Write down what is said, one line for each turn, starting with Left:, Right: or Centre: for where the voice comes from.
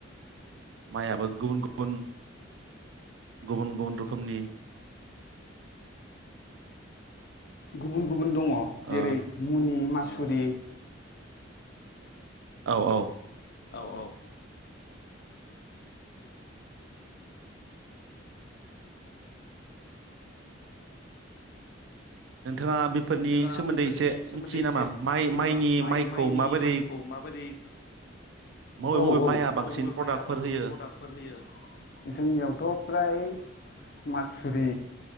Right: माइआबो गुबुन गुबुन गुबुन गुबुन रोखोमनि
Left: गुबुन गुबुन गुबुन दङ
Right: ओ
Left: जेरै मुनि मास गुरि
Right: औ औ
Left: औ औ
Right: नोंथाङा बेफोरनि
Left: नोंथाङा
Right: सोमोन्दै
Left: बेफोरनि
Right: एसे
Left: सोमोन्दै
Right: मिथियो नामा
Left: एसे
Right: माइ
Left: मिथियो
Right: माइनि
Left: नामा माइ
Right: माइखौ
Left: माइनि
Right: माबोरै
Left: माइखौ माबोरै
Right: मबे
Left: औ औ
Right: माइआ
Left: मबे
Right: बांसिन
Left: मबे
Right: प्रडाक्टफोर
Left: माइआ बांसिन
Right: होयो
Left: प्रडाक्टफोर होयो जोंनियावथ' फ्राय मासुरि